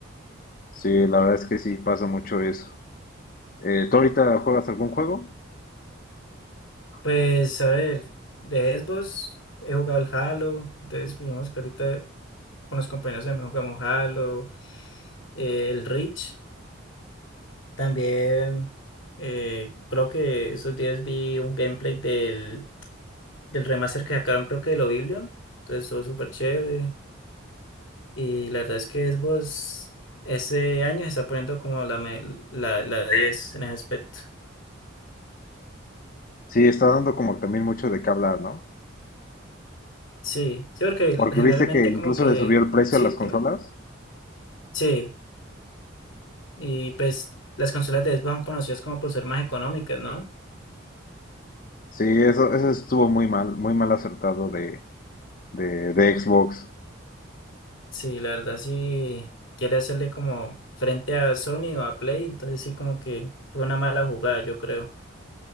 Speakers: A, on the left; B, on the left.
A: Sí, la verdad es que sí pasa mucho eso. Eh, ¿tú ahorita juegas algún juego?
B: Pues a ver, de Xbox he jugado el Halo, entonces digamos que ahorita con los compañeros también jugamos Halo, eh, el Reach. También eh, creo que esos días vi un gameplay del, del remaster que sacaron, creo que de Oblivion. Entonces estuvo súper chévere. Y la verdad es que Xbox ese año se está poniendo como la, me- la, la 10 en ese aspecto.
A: Sí, está dando como que también mucho de qué hablar, ¿no?
B: Sí, sí, porque
A: Porque
B: generalmente
A: viste que incluso
B: como que...
A: le subió el precio
B: Sí,
A: a las consolas.
B: dime. Sí, y pues las consolas de Xbox son conocidas como por ser más económicas, ¿no?
A: Sí, eso, eso estuvo muy mal, muy mal acertado de, de, de Xbox.
B: Sí, la verdad sí quiere hacerle como frente a Sony o a Play, entonces sí como que fue una mala jugada, yo creo.